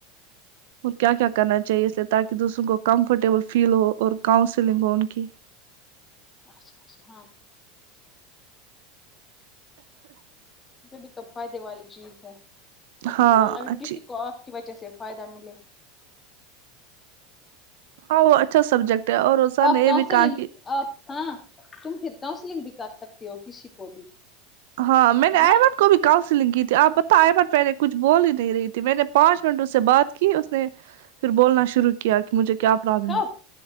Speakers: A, on the right (about 75°); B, on the left (about 15°).
A: اور کیا کیا کرنا چاہیے اس لیے تاکہ دوسروں کو کمفرٹیبل فیل ہو اور کاؤنسلنگ ہو ان کی
B: اچھا اچھا ہاں یہ بھی تو فائدے والی چیز ہے اگر
A: ہاں اچھی
B: کسی کو آپ کی وجہ سے فائدہ ملے
A: ہاں اچھا سبجیکٹ ہے اور سر
B: آپ
A: نے
B: کہاں
A: یہ بھی
B: سے
A: کہا
B: لیں گے
A: کہ
B: آپ ہاں تم پھر کانسلنگ بھی کر سکتی ہو کسی کو بھی
A: ہاں میں نے
B: ہے
A: آ
B: نا
A: کو بھی کاؤنسلنگ کی تھی آپ بت آئے بار پہ نے کچھ بول ہی نہیں رہی تھی میں نے پانچ منٹ اس سے بات کی اس نے پھر بولنا شروع کیا کہ مجھے کیا پرابلم
B: کب
A: ہے